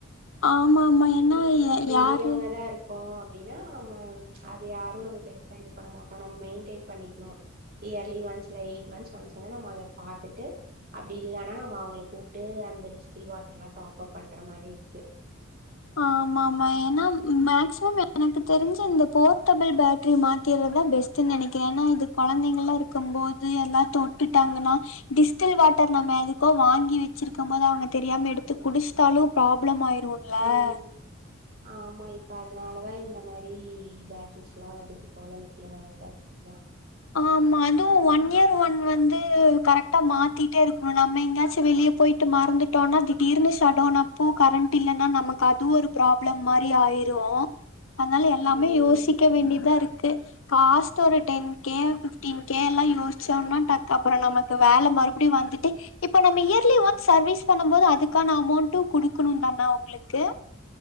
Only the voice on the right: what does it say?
இல்ல நம்ம
பெரியவங்கதாருக்கோ
அப்டீனா நம்ம அது யாரு நம்ம பெருசா இது பண்ண மாட்டோ நம்ம மெயின்டெய்ன் பண்ணிக்ணு இயர்லி ஒன்ஸ் இல்ல எயிட் மந்தஸ் ஒன்ஸ் வந்து நம்ம அத பாத்துட்டு அப்டி இல்லனா நம்ம அவங்கள கூப்ட்டு அந்த டிஸ்டில் வாட்ருல்லா டாப்பப் பண்ற மாரி இருக்கு
ம் ஆமா இப்ப அதனாலதா தா இந்த மாரி பேட்ரீஸ்ல்லா வருது போல லித்தியமய பேட்ரீஸ்தா
ம்